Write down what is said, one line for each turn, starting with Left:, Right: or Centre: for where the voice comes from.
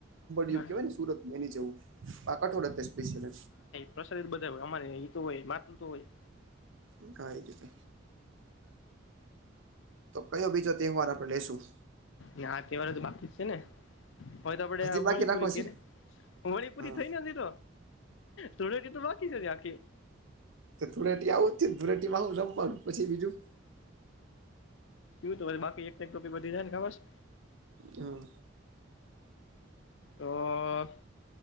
Right: ડ
Left: હા
Right: કેવાય ને સુરત એની જવું કઠોડ સ્પિયલ
Left: પ્રસારીિત બધા હોય અમારે તો હોય માતું તો હોય
Right: હ તીતે તો કયો બીજો તહેવાર આપડણે લેશું
Left: ના તહેવારે તો બાકી જ છે ને હવે તો આપડે
Right: હજી બાકી
Left: હોળીપુરી
Right: રાખો
Left: કે
Right: છે
Left: ર વળી પૂરી
Right: હા
Left: થઈ નથી તો તુળેટી તો બાકી છે આખી
Right: ધૂળેટી આવુંને ધૂળેટીમાં હું રમવાનું પછી બીજું
Left: હમ હુ બાકી એક ટોપિક બ વધી જાય ને ખબર
Right: હા
Left: તો